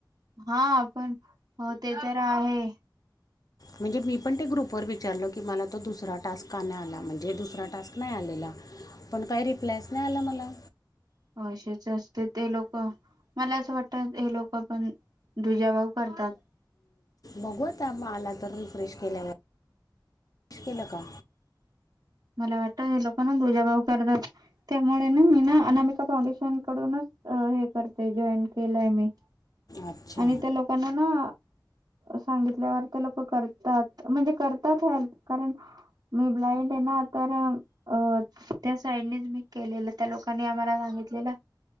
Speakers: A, on the right; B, on the left.
A: हा, आपण हो ते तर आहे.
B: म्हणजे मी पण त्या ग्रुपवर विचारल की, मला तो दुसरा टास्क का नाही आला? म्हणजे दुसरा टास्क नाही आलेला.
A: <inaudible>
B: पण काही रिप्लायच नाही आला मला.
A: असेच असते ते लोक. मला असं वाटतं हे लोक पण दुजाभाव करतात.
B: बघु तर म आला तर, रिफ्रेश केल्यावर. केल का?
A: मला वाटतं, हे लोकना दुजाभाव करतात. त्यामुळे ना, मी ना अनामिका फाउंडेशन कडूनच हे करते जॉईन केलंय मी.
B: अच्छा
A: आणि त्या लोकांना ना सांगितल्यावर तर लोक करतात म्हणजे करतात हेल्प कारण मी ब्लाइंड आहे ना. तर अ त्या साईडनी मी केलेलं, त्या लोकांनी आम्हाला सांगितलेलं